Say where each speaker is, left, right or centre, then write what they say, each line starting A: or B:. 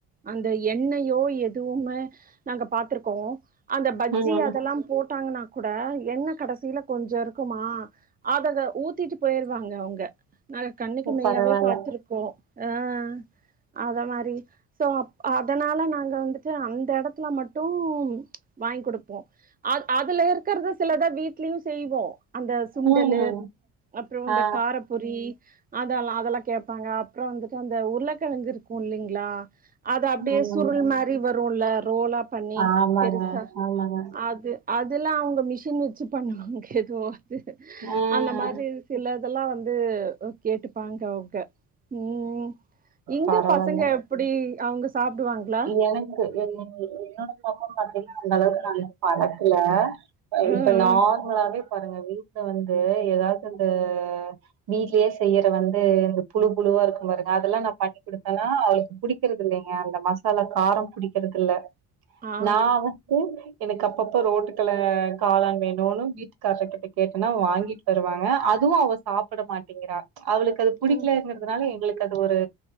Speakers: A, on the right; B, on the right.
A: அந்த எண்ணெயோ எதுவுமே நாங்க பாத்திருக்கோம் அந்த பஜ்ஜி
B: ம்.
A: அதெல்லாம் போட்டாங்கன்னா கூட என்ன கடைசியில கொஞ்சம் இருக்குமா அத அத ஊத்திட்டு போயிருவாங்க அவங்க நாங்க கண்ணுக்கு மெய்யாவே
B: பரவால்ல.
A: பாத்திருக்கோம் ஆஹ் அத மாதிரி சோ அப் அதனால நாங்க வந்து ந்து அந்த இடத்துல மட் ட்டும் வாங்கி் குடுப்போம் அத் அதுல இருக்கிறது சிலத வீ லியும் செய்வோ அந்த சுண்டல்லு
B: ம்.
A: அப்புறம்
B: ஆ.
A: அந்த கார ரி அதெல்லா அதெல்லாம் கேப்பாங்க அப்புறம் வந்துட்டு அந்த உருளைக்கெழங்கு இருக்கும் இல்லிங்ளா அது அப்படியே
B: ம்.
A: சுருள் மாதிரி வரும்ல ரோலா பண்ணி
B: ஆமாங்க,
A: பெருசா
B: ஆமாங்க.
A: அது அதுல்லாம் அவங்க மிஷின் வச்சு பண்ணுவாங்க ம்
B: ம்.
A: அந்த மாரி சில தெல்லாம் வந்து வந்து கேட்டுப்பாங்க அவங்க உம் இங்க
B: பரவால்ல.
A: பசங்க எப்படி அவங்க சாப்புடுவாங்களா
B: எனக்கு என் என்னோட பப்பா பாத்தீங்கன்னா அந்த அளவுக்கு இன்னும் பழக்குல
A: ம்
B: இப்ப நார்மலாவே
A: ம்
B: பாருங்க வீட்டுல வந்து ஏதாவது இந்த வீட்லயே செய்யற வந்து இந்த புழு புழுவா இருக்கும் பாருங்க அதெல்லாம் நான் பண்ணி கொடுத்தேனா அவளுக்கு பிடிக்கறது இல்லைங்க அந்த மா செல காரம் புடிக்கிறது இல்ல
A: ஆ
B: நான் வந்து எனக்கு அப்பப்போ ரோட்டுக்கள காளான் வேணும்னு வீட்டுக்காரர் கிட்ட கேட்டனா வாங்கிட்டு வருவாங்க அதுவும் அவ சாப்பிட மாட்டேங்கிறா அவளுக்கு அது புடிக்கலங்கிறதுனால
A: ம்
B: உங்களுக் அது ஒரு